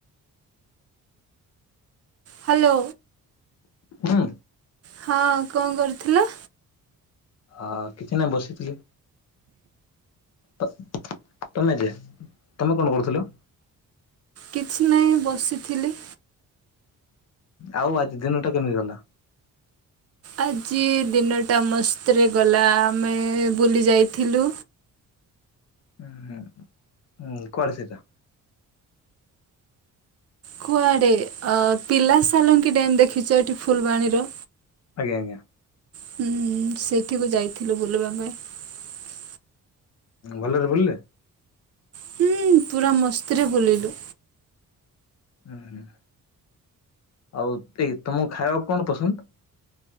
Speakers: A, on the right; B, on the left.
A: ହ୍ୟାଲୋ
B: ହଁ
A: ହଁ କଣ କରୁଥିଲା?
B: ଆ କିଛି ନାହିଁ ବସିଥିଲି ତ ତମେ ଯେ ତମେ କଣ କରୁଥିଲ
A: କିଛି ନାହିଁ ବସିଥିଲି
B: ଆଉ ଆଜି ଦିନ ଟ କେମିତିରଲା
A: ଆଜି ଦିନଟା ମସ୍ତରେ ଗଲା ଆମେ ବୁଲି ଯାଇଥିଲୁ।
B: ହ ହ ହ କୁଆଡେ ସା
A: କୁଆଡେ ଅ ପିଲା ସାଲଙ୍କି ଡ୍ୟାମ୍ ଦେଖିଛ ଏଠି ଫୁଲବାଣୀର
B: ଆଜ୍ଞା ଆଜ୍ଞା
A: ହୁଁ ସେଠିକୁ ଯାଇଥିଲୁ ବୁଲିବା ପାଇଁ
B: ଭଲରେ ବୁଲିଲେ
A: ହୁଁ ପୁରା ମସ୍ତିରେ ଭୁଲିଲୁ
B: ହୁଁ ହୁଁ ଆଉ ଏହି ତମକୁ ଖାଇବାକୁ କଣ ପସନ୍ଦ